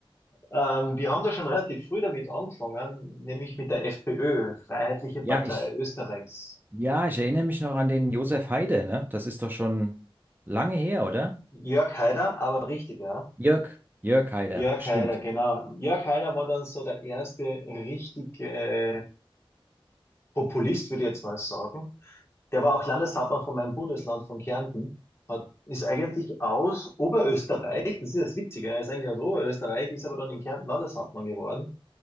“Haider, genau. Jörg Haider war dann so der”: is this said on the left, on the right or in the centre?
Left